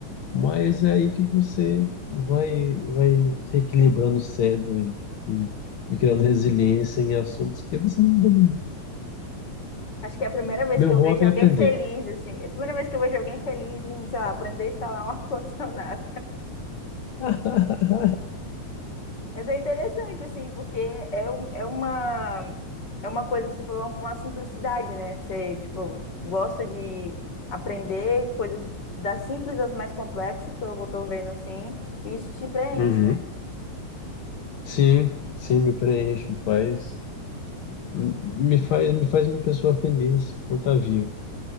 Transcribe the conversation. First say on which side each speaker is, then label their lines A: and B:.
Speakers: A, on the left; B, on the left.
A: Mas é aí que você vai, vai reequilibrando o cérebro e, e, e criando resiliência em assuntos que você não domina.
B: Acho que é a primeira vez
A: Meu
B: que eu
A: hobby
B: vejo alguém
A: é aprender.
B: feliz, assim. É a primeira vez que eu vejo alguém feliz em, sei lá, aprender a instalar um <laughs> ar-condicionado.
A: <laughs>
B: Mas é interessante, assim, porque é, um- é uma, é uma coisa que você falou, uma simplicidade, né? Você, tipo, gosta de aprender coisas das simples às mais complexas, pelo que eu tô vendo, assim. E isso te preenche,
A: Uhum.
B: né?
A: Sim, sim, me preenche, me faz, me faz, me faz uma pessoa feliz por estar vivo.